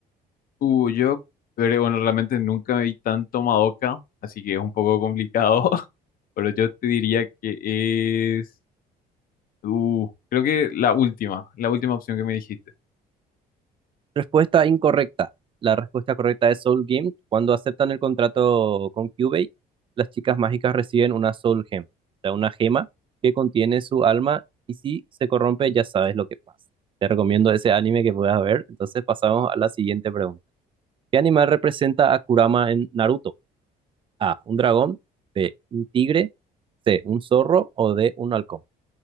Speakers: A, on the left (about 60°); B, on the right (about 30°).
A: Uh, yo creo, bueno, realmente nunca vi tanto Madoka, así que es un poco complicado, <laughs> pero yo te diría que es, uh, creo que la última, la última opción que me dijiste.
B: Respuesta incorrecta. La respuesta correcta es Soul Gem. Cuando aceptan el contrato con Kyubey, las chicas mágicas reciben una Soul Gem, o sea, una gema que contiene su alma y si se corrompe ya sabes lo que pasa. Te recomiendo ese anime que puedas ver. Entonces pasamos a la siguiente pregunta. ¿Qué animal representa a Kurama en Naruto? A. Un dragón. B. Un tigre. C. Un zorro. O D. Un halcón.